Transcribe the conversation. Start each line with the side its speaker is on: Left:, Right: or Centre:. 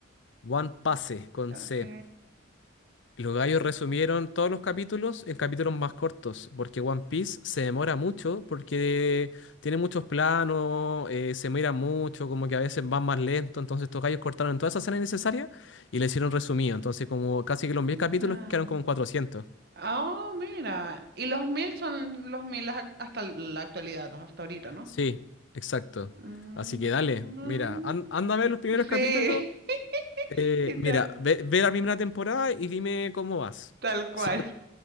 Left: One Pase, con
Right: ok.
Left: C. Los gallos resumieron todos los capítulos en capítulos más cortos, porque One Piece se demora mucho, porque tiene muchos planos, eh, se mira mucho, como que a veces van más lento, entonces estos gallos cortaron todas esas escenas innecesarias y le hicieron resumido, entonces como casi que los
Right: Mira.
Left: mil capítulos quedaron como en 400.
Right: Oh, mira. Y los mil son los mil ac- hasta la actualidad, hasta ahorita, ¿no?
Left: Sí, exacto.
Right: Mm,
Left: Así que dale, mira, an- anda a ver los primeros capítulos.
Right: sí, <laughs>
Left: eh,
Right: y
Left: mira,
Right: tal,
Left: ve, ve la primera temporada y dime cómo vas.
Right: tal cual.
Left: Si, no